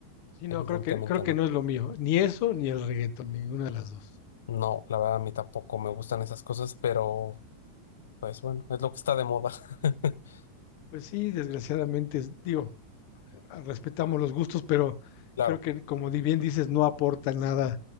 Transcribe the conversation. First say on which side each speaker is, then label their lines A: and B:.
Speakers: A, on the left (about 45°); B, on the left (about 65°).
A: Sí, no,
B: Evidentemente
A: creo que, creo que
B: no.
A: no es lo mío, ni eso, ni el reggaetón, ninguna de las dos.
B: No, la verdad a mí tampoco me gustan esas cosas, pero pues bueno, es lo que está de moda. <laughs>
A: Pues sí, desgraciadamente, es- digo, ah, respetamos los gustos, pero
B: Claro,
A: creo que como di- bien dices, no aporta nada